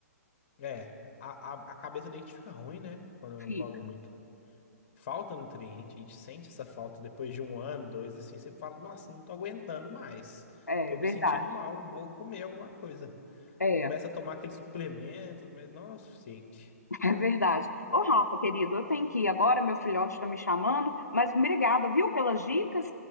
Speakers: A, on the left; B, on the left.
A: É, a, a, a cabeça da gente fica ruim, né? Quando
B: Entendeu?
A: não come muito. Falta nutriente, a gente sente essa falta depois de um ano, dois, assim, você fala, nossa, não tô aguentando mais.
B: É
A: Tô me
B: verdade,
A: sentindo mal, vou comer alguma coisa.
B: é,
A: Começa a tomar aqueles suplementos, mas não é o suficiente.
B: <laughs> é verdade. Ô, Rafa, querido, eu tenho que ir agora, meu filhote está me chamando, mas obrigada, viu, pelas dicas?